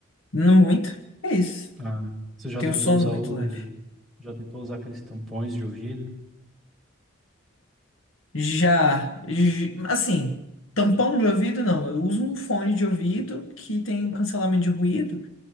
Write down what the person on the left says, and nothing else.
Não muito. É isso.
Tenho
sono
muito
leve.
Já, j- assim, tampão de ouvido não. Eu uso um fone de ouvido que tem cancelamento de ruído.